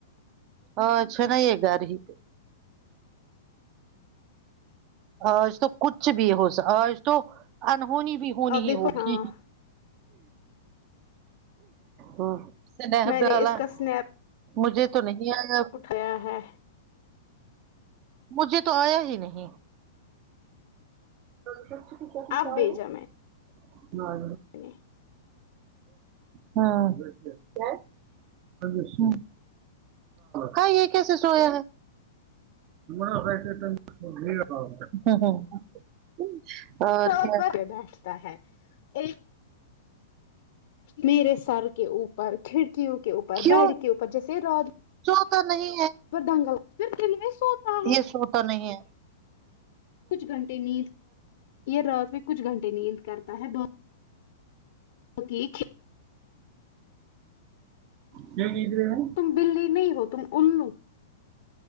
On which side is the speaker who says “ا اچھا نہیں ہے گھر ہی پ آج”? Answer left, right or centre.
Right